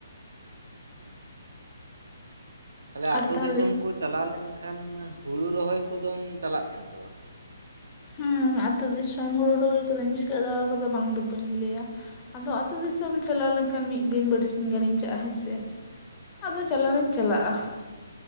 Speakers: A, on the right (about 75°); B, on the left (about 25°).
A: <inaudible> ᱛᱟᱦᱞᱮ
B: ᱟᱨ
A: ᱟᱹᱛᱳ
B: ᱛᱟᱦᱚᱞᱮ
A: ᱫᱤᱥᱚᱢ ᱠᱚ ᱪᱟᱞᱟᱣ ᱞᱮᱱᱠᱷᱟᱱ ᱦᱳᱲᱳ ᱨᱚᱦᱚᱭ ᱠᱚᱫᱚᱢ ᱪᱟᱞᱟᱜ ᱛᱟᱦᱮᱱᱟ ᱥᱮ ᱵᱟᱝ
B: ᱦᱮᱸ ᱟᱹᱛᱳ ᱫᱤᱥᱚᱢ ᱦᱳᱲᱳ ᱨᱚᱦᱚᱭ ᱠᱚᱫᱚᱧ ᱥᱮᱬᱟ ᱟᱠᱟᱫᱟ ᱵᱟᱝ ᱫᱚ ᱵᱟᱹᱧ ᱞᱟᱹᱭᱟ ᱟᱫᱚ ᱟᱹᱛᱳ ᱫᱤᱥᱚᱢ ᱪᱟᱞᱟᱣ ᱞᱮᱱᱠᱷᱟᱱ ᱢᱤᱫ ᱫᱤᱱ ᱵᱟᱹᱨᱥᱤᱧ ᱜᱟᱹᱱᱤᱧ ᱪᱟᱜᱼᱟ ᱦᱮᱸ ᱥᱮ ᱟᱫᱚ ᱪᱟᱞᱟᱣ
A: ᱦᱳᱭ
B: ᱫᱚᱧ ᱪᱟᱞᱟᱜᱼᱟ ᱟᱨ